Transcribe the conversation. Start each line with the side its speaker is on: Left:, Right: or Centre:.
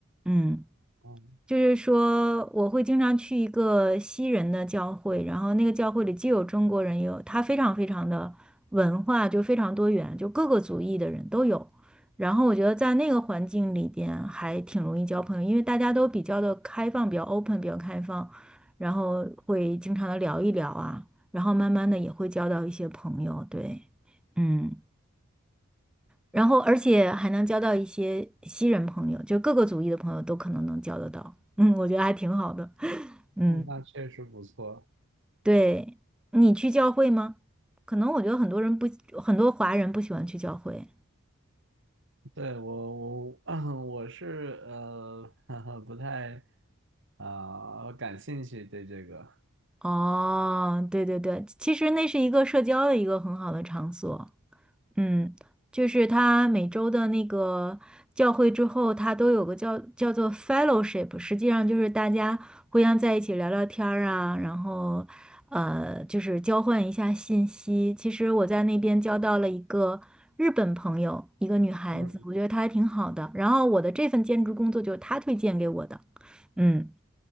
Centre: 嗯。
Right: 嗯，
Centre: 就是说，我会经常去一个西人的教会，然后那个教会里既有中国人，也有他非常非常的文化就非常多元，就各个族裔的人都有。然后我觉得在那个环境里边还挺容易交朋友，因为大家都比较的开放，比较 open，比较开放，然后会经常的聊一聊啊，然后慢慢的也会交到一些朋友，对，嗯。然后而且还能交到一些西人朋友，就各个族裔的朋友都可能能交得到。嗯，我觉得还挺好的。嗯，
Right: 那确实不错。
Centre: 对，你去教会吗？可能我觉得很多人不，很多华人不喜欢去教会。
Right: 对，我我 <coughs> <clears throat> 我是呃 <laughs> 不太啊、感兴趣对这个
Centre: 哦，对对对，其实那是一个社交的一个很好的场所。嗯，就是他每周的那个教会之后，他都有个叫叫做 fellowship，实际上就是大家互相在一起聊聊天儿啊，然后呃，就是交换一下信息。其实我在那边交到了一个日本朋友，一个女孩子，
Right: 嗯
Centre: 我觉得她还挺好的。然后我的这份兼职工作就是她推荐给我的，嗯。